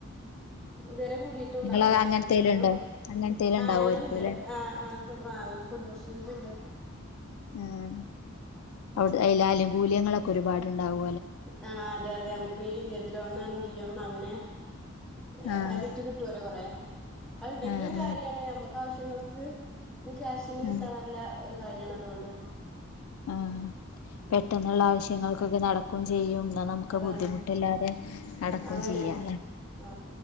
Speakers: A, in the centre; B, on the left (about 80°).
A: ഇതുവരെ കൂടിട്ടുണ്ടാവൂലലേ
B: നിങ്ങള് അങ്ങനത്തേലും
A: അങ്ങനെത്തെലൊന്നും
B: ഉണ്ടോ അങ്ങനത്തേലും
A: ആ
B: ഉണ്ടാവുമായിരിക്കും
A: ഞങ്ങളുണ്ട്
B: അല്ലേ
A: ആ ആ കുടു ആ അങ്ങനത്തെ കുടുംബശ്രീലുണ്ട്
B: ഉം അവി ആനുകൂല്യങ്ങളൊക്കെ ഒരുപാട് ഉണ്ടാവു
A: ആ അതെ അതെ നമ്മക്ക് ലിങ്കജ് ലോണാണെങ്കിലും അങ്ങനെ ഏ
B: ആഹ്
A: ഏഹ് വിറ്റ് കിട്ടുമല്ലോ കുറെ അത് ഉണ്ടെങ്കിലോ
B: ആഹ്
A: ഒരു കാര്യാണ് നമ്മക്ക് ആവശ്യ ങ്ങൾക്ക് കാശിന് കിട്ട
B: ആഹ്
A: നല്ല കാര്യാണ് അതോണ്ട്
B: ആ പെട്ടെന്നുള്ള ആവശ്യങ്ങൾക്കൊക്കെ നടക്കും ചെയ്യും നമുക്ക്
A: അതാണ്
B: ബുദ്ധിമുട്ടില്ലാതെ നടക്കും
A: അതാണേ
B: ചെയ്യാല്ലേ
A: ആ